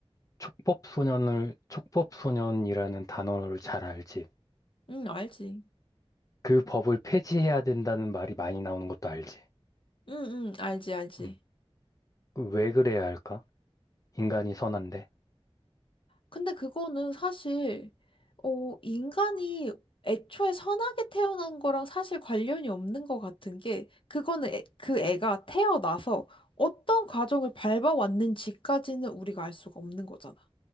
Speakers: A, on the left; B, on the left.
A: 촉법소년을, 촉법소년이라는 단어를 잘 알지?
B: 응, 알지.
A: 그 법을 폐지해야 된다는 말이 많이 나오는 것도 알지?
B: 응, 응, 알지, 알지.
A: 음. 왜 그래야 할까? 인간이 선한데.
B: 근데 그거는 사실, 어, 인간이 애초에 선하게 태어난 거랑 사실 관련이 없는 것 같은 게, 그거는 애- 그 애가 태어나서 어떤 과정을 밟아왔는지까지는 우리가 알 수가 없는 거잖아.